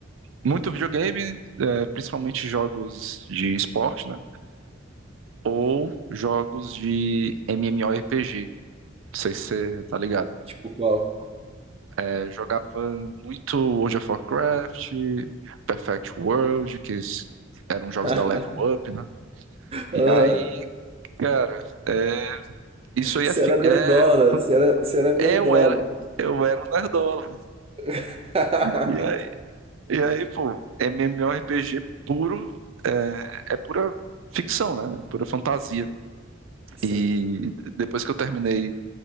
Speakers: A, on the right; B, on the right.
A: muito videogame, é, principalmente jogos de esporte, né? Ou jogos de MMORPG. Não sei se você tá ligado.
B: Tipo qual?
A: É, jogava muito World of Warcraft, Perfect World, que s- eram
B: <laughs>
A: jogos da Level Up, né? E
B: Aham.
A: aí, cara, é, isso aí
B: Você
A: é, fi-
B: era nerdola,
A: é-
B: você era, você era nerdola.
A: eu era, eu era um nerdola.
B: <laughs>
A: E aí, e aí, pô, MMORPG puro, é, é pura ficção, né? É Pura fantasia.
B: Sim,
A: E depois que eu terminei